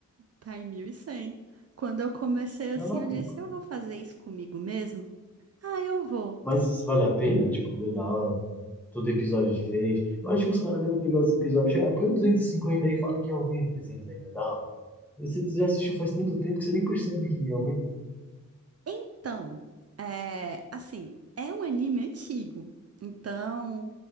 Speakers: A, on the right (about 50°); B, in the centre.
A: Tá em 1.100. Quando eu comecei assim,
B: Tá maluco?
A: eu disse, eu vou fazer isso comigo mesmo? Ah, eu vou.
B: Mas vale a pena, tipo, é da hora. Todo episódio é diferente. Eu acho que os caras devem pegar os episódios. Já "Ah, põe o 250 aí e fala que é o 1300 ainda, da hora. Você já assistiu faz tanto tempo que você nem percebe que aumenta.
A: Então, é, assim, é um anime antigo. Então,